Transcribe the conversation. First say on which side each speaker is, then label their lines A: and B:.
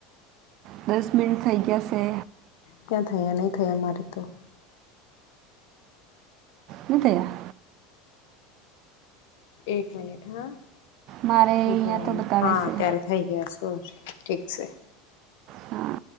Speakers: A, on the right (about 55°); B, on the left (about 75°).
A: દસ મિનિટ થઇ ગયાશે.
B: ક્યાં થયા નહીં થયા મારી તો.
A: મિતયા.
B: એક મિનિટ હા
A: મારે અહીંયા
B: હ જોવાનું
A: તો બતાવે
B: હા
A: છે
B: ત્યારે. થઈ ગયા સો ઠીક છે.
A: હા